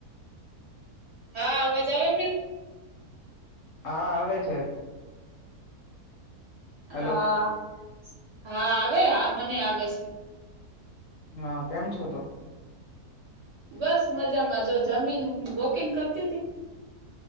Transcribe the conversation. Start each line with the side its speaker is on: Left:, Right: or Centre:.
Right: હા અવાજ આવે
Left: હા આવે છે. હેલો
Right: હા હા આવે હા મને આવે છે.
Left: હા કેમ છો તો.
Right: બસ મજામાં જો જમીન વોકિંગ કરતી હતી.